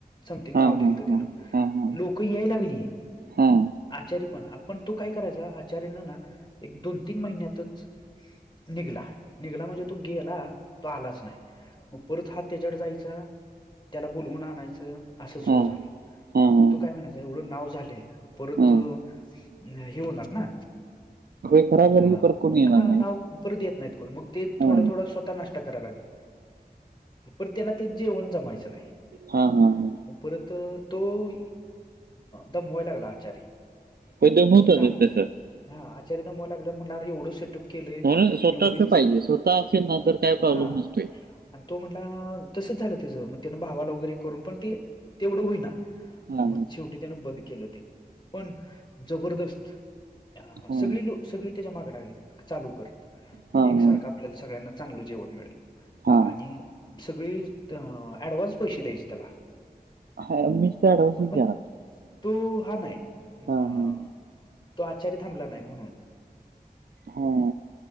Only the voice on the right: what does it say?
हा
हा
हा हा हा
हा हा हा
हा
हा
हा
होय खराब झालं
की परत कोणी येणार
नाही
हा
हा हा हा
हो दम होतच
त्यासं
म्हणून स्वतःच
पाहिजे स्वतः असेल ना तर काय प्रॉब्लेम
नसतोय.
हा
हा
हा
हा
हा मिसचा ऍडव्हान्सच
घ्या लागतो
हा
हा
हा.